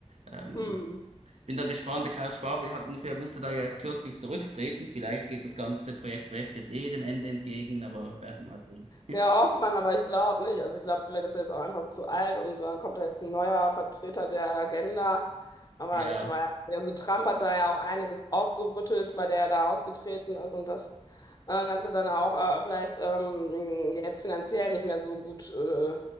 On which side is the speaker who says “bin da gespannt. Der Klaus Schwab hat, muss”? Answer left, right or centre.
Right